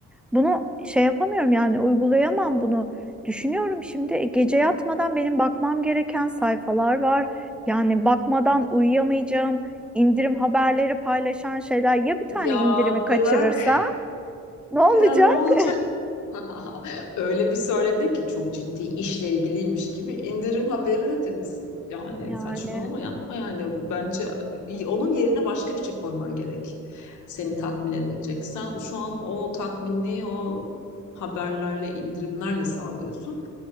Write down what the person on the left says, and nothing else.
Ya
bırak. <laughs>
Ya ne olacak? <laughs> Öyle bir söyledi ki çok ciddi işle ilgiliymiş gibi indirim haberi dediniz. Yani
saçmalama yapma yani. Bence onun yerine başka bir şey koyman gerek. Seni tatmin edecek. Sen şu an o tatminliği o haberlerle, indirimlerle sağlıyorsun.